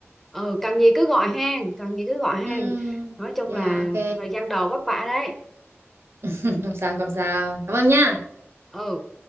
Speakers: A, in the centre; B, on the right.
A: ừ cần gì cứ gọi hàng cần gì cứ gọi hàng
B: ừ,
A: nói chung
B: dạ
A: là
B: ok
A: thời gian đầu vất vả đấy
B: <laughs> không sao không sao cảm ơn nha
A: ừ